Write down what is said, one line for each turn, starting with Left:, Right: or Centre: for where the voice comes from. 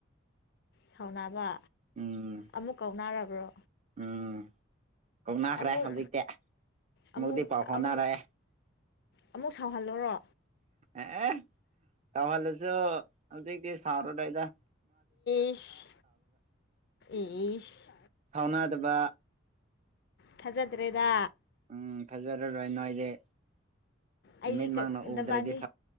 Left: ꯁꯥꯎꯅꯕ
Right: ꯎꯝ
Left: ꯑꯃꯨꯛ ꯀꯧꯅꯔꯕ꯭ꯔꯣ
Right: ꯎꯝ ꯀꯧꯅꯈ꯭ꯔꯦ
Left: ꯑꯃꯨꯛ
Right: ꯍꯧꯖꯤꯛꯇꯤ ꯑꯃꯨꯛꯇꯤ
Left: ꯑꯃꯨꯛ
Right: ꯄꯥꯎ ꯍꯣꯅꯔꯛꯑꯦ
Left: ꯑꯃꯨꯛ ꯑꯃꯨꯛ ꯁꯥꯎꯍꯜꯂꯨꯔꯣ
Right: ꯑꯦ ꯁꯥꯎꯍꯜꯂꯁꯨ ꯍꯧꯖꯤꯛꯗꯤ ꯁꯥꯎꯔꯔꯣꯗ
Left: ꯏꯁ ꯏꯁ
Right: ꯐꯥꯎꯅꯥꯗꯕ
Left: ꯊꯥꯖꯗ꯭ꯔꯦꯗ
Right: ꯎꯝ ꯐꯖꯔꯔꯣꯏ ꯅꯣꯏꯗꯤ ꯅꯨꯃꯤꯠ
Left: ꯑꯩꯗꯤ
Right: ꯃꯥꯛꯅ ꯎꯗ꯭ꯔꯗꯤ
Left: ꯅꯕꯥꯅꯤ